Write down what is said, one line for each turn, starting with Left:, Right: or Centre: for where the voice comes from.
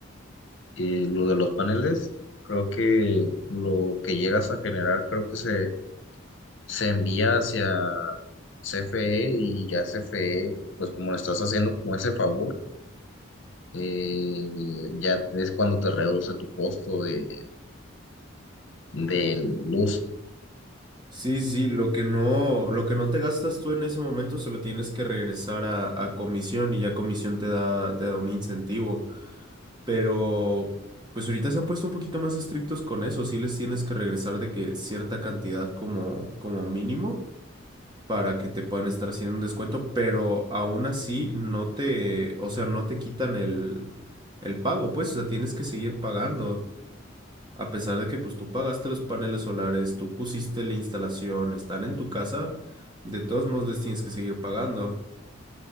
Left: y lo de los paneles, creo que lo que llegas a generar, creo que se, se envía hacia CFE y ya CFE, pues como le estás haciendo como ese favor, eh, ya es cuando te reduce tu costo de, de luz.
Right: Sí, sí, sí, lo que no, lo que no te gastas tú en ese momento se lo tienes que regresar a, a comisión y ya comisión te da, te da un incentivo. Pero pues ahorita se han puesto un poquito más estrictos con eso. Sí les tienes que regresar de que cierta cantidad como, como mínimo para que te puedan estar haciendo un descuento, pero aún así no te, o sea, no te quitan el, el pago, pues, o sea, tienes que seguir pagando. A pesar de que pues tú pagaste los paneles solares, tú pusiste la instalación, están en tu casa, de todos modos les tienes que seguir pagando.